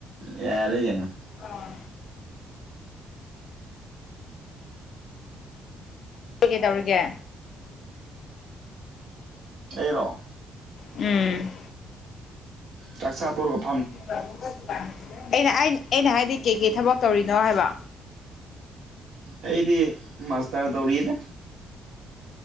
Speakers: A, on the right (about 70°); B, on the left (about 50°).
A: ꯌꯥꯔꯦ ꯀꯩꯅꯣ
B: ꯑꯥ ꯀꯩ ꯀꯩ ꯇꯧꯔꯤꯒꯦ
A: ꯑꯩꯔꯣ
B: ꯎꯝ
A: ꯆꯥꯛ ꯆꯥ ꯇꯣꯔꯒꯞ
B: ꯑꯩꯅ ꯑꯩꯟ ꯑꯩꯅ ꯍꯥꯏꯗꯤ ꯀꯩ ꯀꯩ ꯊꯕꯛ ꯇꯧꯔꯤꯅꯣ ꯍꯥꯏꯕ
A: ꯑꯩꯗꯤ ꯃꯥꯁꯇꯔ ꯇꯧꯔꯤꯗꯥ